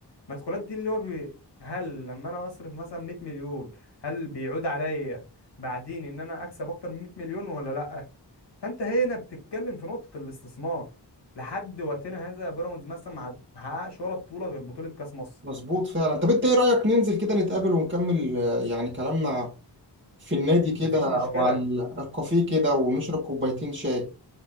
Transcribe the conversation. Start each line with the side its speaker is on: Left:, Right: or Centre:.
Left: مدخولات دي اللي هو بي... هل لما انا اصرف مثلا 100 مليون هل بيعود عليا بعدين ان انا اكسب اكتر من 100 مليون ولا لا فانت هنا بتتكلم في نقطة الاستثمار لحد وقتنا هذا بيراميدز مثلا ما حققش ولا بطولة غير بطولة كاس مصر
Right: مظبوط فعلا طب انت ايه رأيك ننزل كده نتقابل ونكمل آه، يعني كلامنا في النادي كده
Left: مفيش مشكلة
Right: او على الكافيه كده ونشرب كوبايتين شاي